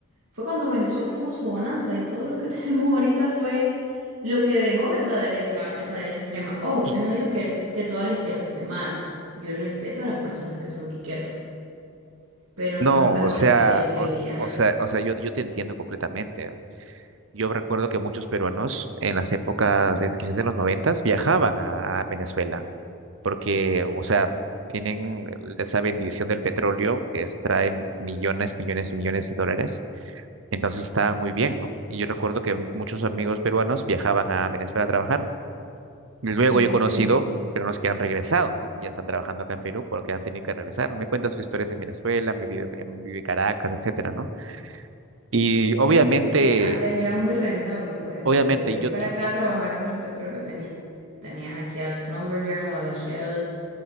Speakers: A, on the right (about 80°); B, on the right (about 60°).
A: fue cuando Venezuela tuvo su bonanza y todo lo que <laughs> tenemos ahorita fue lo que dejó esa derecha, esa derecha extrema. Ojo,
B: Y
A: yo no digo que, que toda la izquierda esté mal, yo respeto a las personas que son de izquierda, pero
B: no,
A: no es una
B: o
A: corriente
B: sea,
A: que yo seguiría.
B: o, o sea, o sea, yo, yo te entiendo completamente. Yo recuerdo que muchos peruanos en las épocas, eh, quizás de los noventas, viajaban a, a Venezuela, porque, o sea, tienen esa bendición del petróleo que extrae millones, millones y millones de dólares. Entonces estaban muy bien, ¿no? Y yo recuerdo que muchos amigos peruanos viajaban a Venezuela a trabajar. Luego
A: Sí,
B: yo he conocido
A: sí.
B: peruanos que han regresado, ¿no? Ya están trabajando acá en Perú porque han tenido que regresar. Me cuentan sus historias en Venezuela, me vive en, vive Caracas, etcétera, ¿no? Y obviamente,
A: Claro, porque antes era muy rentable, pues,
B: obviamente
A: o sea, vi- venir
B: yo,
A: para acá a trabajar con el petróleo, tenías, tenías aquí a Schlumberger, a la Shell,